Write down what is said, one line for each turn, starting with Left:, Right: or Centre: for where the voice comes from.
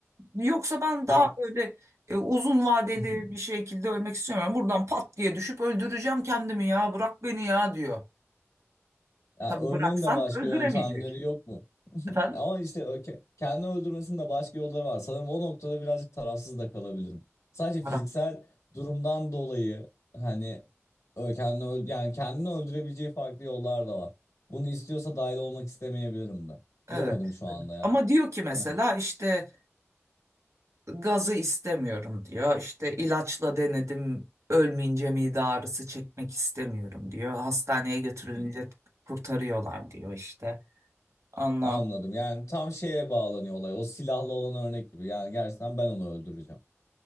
Right: Yoksa ben
Left: Ya
Right: daha böyle e, uzun vadeli
Left: <laughs>
Right: bir şekilde ölmek istiyorum. Buradan pat diye düşüp öldüreceğim kendimi ya bırak beni ya diyor.
Left: Ya
Right: Tabii
Left: ölmenin
Right: bıraksan
Left: de başka
Right: öldüremeyecek.
Left: yöntemleri yok mu? <laughs>
Right: Efendim?
Left: Ama işte o ke- kendi öldürmesinin de başka yolları var. Sanırım o noktada birazcık tarafsız da kalabilirim. Sadece
Right: Bırak.
Left: fiziksel durumdan dolayı hani ö- kendini öl- yani kendini öldürebileceği farklı yollar da var. Bunu istiyorsa dahil olmak istemeyebilirim de.
Right: Evet.
Left: Bilemedim şu anda
Right: evet.
Left: ya.
Right: Ama diyor ki mesela
Left: Evet.
Right: işte gazı istemiyorum diyor. İşte ilaçla denedim ölmeyince mide ağrısı çekmek istemiyorum diyor. Hastaneye götürülünce
Left: Hmm,
Right: kurtarıyorlar diyor işte.
Left: <laughs>
Right: Ondan
Left: Anladım. Yani tam şeye bağlanıyor olay. O silahlı olan örnek gibi. Yani gerçekten ben onu öldüreceğim.